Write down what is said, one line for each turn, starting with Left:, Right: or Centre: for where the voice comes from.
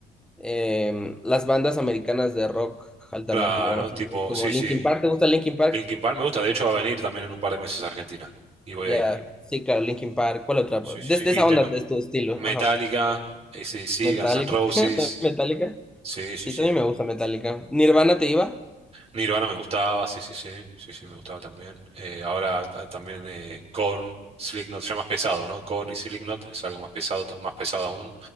Centre: em, las bandas americanas de rock alternativo,
Right: claro,
Centre: más
Right: tipo,
Centre: o menos, como
Right: sí,
Centre: Linkin
Right: sí,
Centre: Park, ¿te gusta Linkin Park?
Right: Linkin Park me gusta, de hecho va a venir también en un par de meses a Argentina, y voy
Centre: Ya,
Right: a ir,
Centre: sí, claro, Linkin Park, ¿cuál otra?
Right: sí, sí,
Centre: De, de
Right: sí,
Centre: esa
Right: y tengo
Centre: onda, de tu estilo,
Right: Metallica,
Centre: ajá.
Right: AC/DC,
Centre: Metallica,
Right: Guns N' Roses,
Centre: <laughs> ¿también Metallica,
Right: sí,
Centre: sí,
Right: sí, sí,
Centre: también me gusta Metallica. ¿Nirvana te iba?
Right: Nirvana me gustaba, sí, sí, sí, sí, sí, me gustaba también, Eh, ahora ta- también eh, Korn, Slipknot, ya más pesado, ¿no? Korn y Slipknot es algo más pesado, ta- más pesado aún,